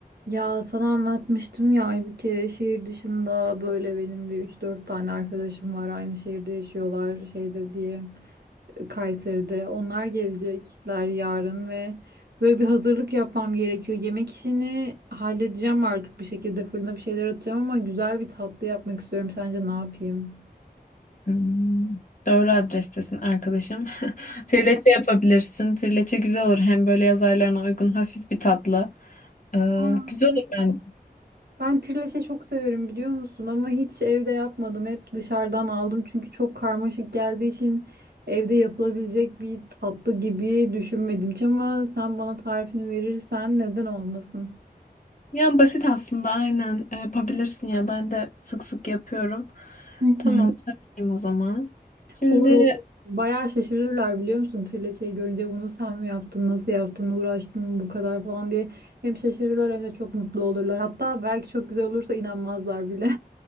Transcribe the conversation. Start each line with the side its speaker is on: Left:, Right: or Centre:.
Right: Ya sana anlatmıştım ya bir kere şehir dışında böyle benim bir üç dört tane arkadaşım var. Aynı şehirde yaşıyorlar şeyde diye e, Kayseri'de. Onlar gelecekler yarın ve böyle bir hazırlık yapmam gerekiyor. Yemek işini halledeceğim artık bir şekilde fırına bir şeyler atacağım ama güzel bir tatlı yapmak istiyorum. Sence ne yapayım?
Left: Hmm, Doğru adrestesin arkadaşım. <laughs> Trileçe yapabilirsin. Trileçe güzel olur. Hem böyle yaz aylarına uygun hafif bir tatlı. Ee,
Right: Aa,
Left: güzel
Right: evet
Left: olur ben.
Right: Ben trileçe çok severim biliyor musun? Ama hiç evde yapmadım. Hep dışarıdan aldım. Çünkü çok karmaşık geldiği için evde yapılabilecek bir tatlı gibi düşünmedim hiç. Ama sen bana tarifini verirsen neden olmasın?
Left: Yani basit aslında aynen Ee, yapabilirsin ya. Ben de sık sık yapıyorum.
Right: Hı hı.
Left: Tamam yapayım o zaman. Şimdi
Right: Olur olur. Bayağı şaşırırlar biliyor musun? Trileçeyi görünce bunu sen mi yaptın, nasıl yaptın, uğraştın mı bu kadar falan diye. Hem şaşırırlar hem de çok mutlu olurlar. Hatta belki çok güzel olursa inanmazlar bile.